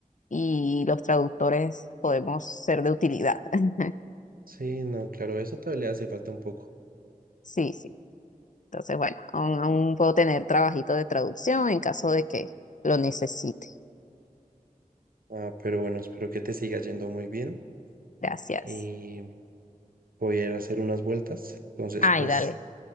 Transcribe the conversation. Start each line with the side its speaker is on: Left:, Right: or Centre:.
Left: y los traductores podemos ser de utilidad. <laughs>
Right: Sí, no, claro, eso todavía le hace falta un poco.
Left: Sí, sí. Entonces, bueno, aún, aún puedo tener trabajito de traducción en caso de que lo necesite.
Right: Ah, pero bueno, espero que te siga yendo muy bien
Left: Gracias.
Right: y voy a ir a hacer unas vueltas. Entonces,
Left: Ay,
Right: pues,
Left: dale.